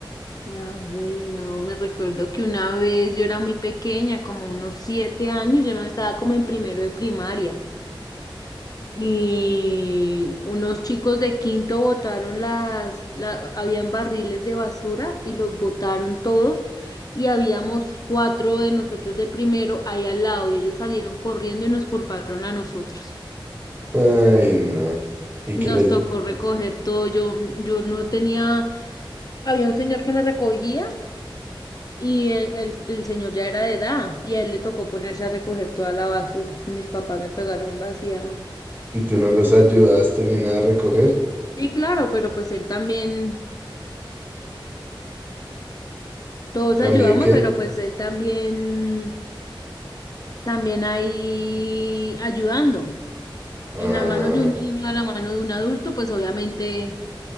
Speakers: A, on the left; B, on the right.
A: A ver, no, me recuerdo que una vez yo era muy pequeña, como unos siete años, yo me estaba como en primero de primaria y unos chicos de quinto botaron las, la- habían barriles de basura y los botaron todos y habíamos cuatro de nosotros de primero ahí al lado y ellos salieron corriendo y nos culparon a nosotros.
B: Ay, no. ¿Y
A: Nos
B: qué les
A: tocó
B: dije?
A: recoger todo, yo, yo no tenía, había un señor que me recogía. Y el, el, el señor ya era de edad y a él le tocó ponerse a recoger toda la basura. Mis papás me pegaron vacía.
B: ¿Y tú no los ayudaste ni nada a recoger?
A: Sí, claro, pero pues él también, todos
B: ¿También
A: ayudamos,
B: qué?
A: pero pues él también, también ahí ayudando.
B: Ah,
A: En las manos de un niño a la mano de un adulto, pues obviamente